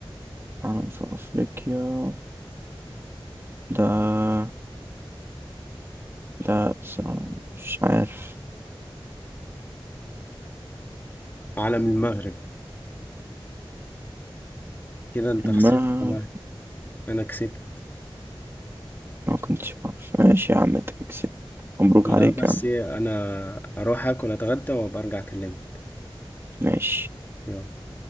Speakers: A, on the right (about 25°); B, on the left (about 20°).
A: علم في افريقيا ده ده الصراحة مش عارف
B: علم المغرب كده انت
A: المغرب
B: خسرت بقى انا كسبت
A: ما كنتش عارف ماشي يا عم انت كسبت مبروك
B: ما
A: عليك
B: بس
A: يا عم
B: إيه، انا اروح اكل اتغدى وابقى ارجع اكلمك
A: ماشي
B: يلا